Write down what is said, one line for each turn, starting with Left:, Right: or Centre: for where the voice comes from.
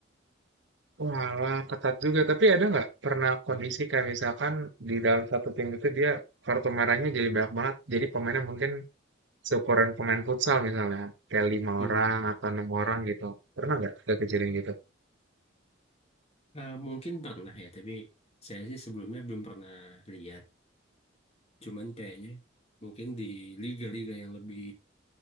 Right: Walah, ketat juga. Tapi ada nggak pernah kondisi kayak misalkan di dalam satu tim itu dia kartu merahnya jadi banyak banget. Jadi pemainnya mungkin seukuran pemain futsal misalnya. Kayak lima
Left: Mm-mm.
Right: orang atau enam orang gitu. Pernah nggak ada kejadian gitu?
Left: Eh, mungkin pernah ya, tapi saya sih sebelumnya belum pernah lihat. Cuman kayaknya mungkin di liga-liga yang lebih